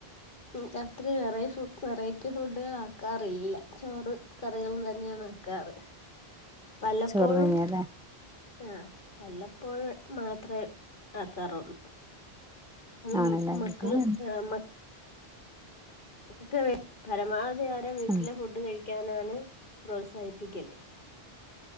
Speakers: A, on the left (about 50°); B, in the centre.
A: ഉം രാത്രി വെറൈ ഫു വെറൈറ്റി ഫുഡുകൾ ആക്കാറില്ല ചോറ് കറികളും തന്നെയാണ്.. ക്കാറ് വല്ലപ്പോഴും.
B: ചോറ് തന്നെയല്ലേ
A: ആഹ് വല്ലപ്പോഴ് മാത്രേ ആക്കാറുള്ളൂ. അത്
B: ആണല്ലേ
A: മക്കൾ
B: ഞങ്ങൾ
A: ഹെ മക്ക ക്ക് വേ പരമാവധി ആരം വീട്ടിലെ
B: ആ
A: ഫുഡ് കഴിക്കാനാണ് പ്രോത്സാഹിപ്പിക്കല്.